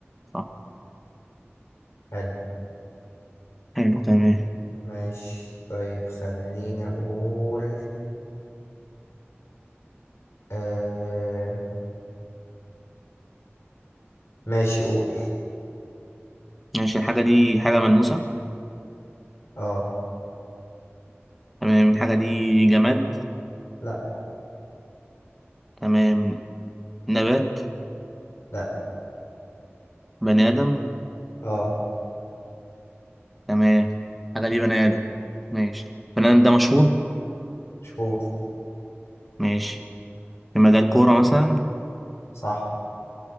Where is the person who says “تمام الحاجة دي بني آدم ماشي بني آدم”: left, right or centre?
Centre